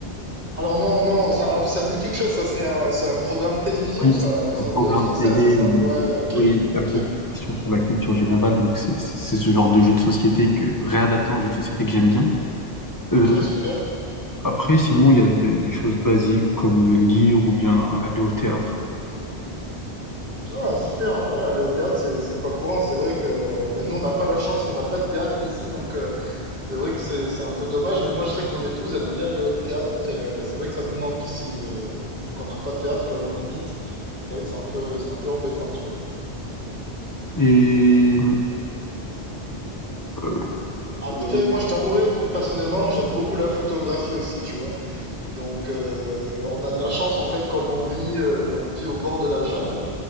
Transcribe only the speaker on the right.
Alors non, non, ça, ah, ça me dit quelque chose. Ça, c'est un, c'est un programme télévision,
ça,
ça
de française,
c'est ça?
Ouais, ok,
ok,
ok,
super.
Ah, super, ouais, aller au théâtre, c'est, c'est pas courant. C'est vrai que bah, nous, on n'a pas la chance, on n'a pas de théâtre ici, donc euh, c'est vrai que c'est, c'est un peu dommage. Mais moi, je sais que mon épouse, elle aime bien aller au théâtre, et euh, c'est vrai que ça nous manque ici, de, vu qu'on n'a pas de théâtre là où on habite. C'est vrai que c'est un peu, c'est un peu embêtant, tu vois.
Après,
moi, je t'avouerai, p- personnellement, j'aime beaucoup la photographie aussi, tu vois. Donc, euh, on a de la chance, en fait, comme on vit, euh, on vit au bord de la jungle.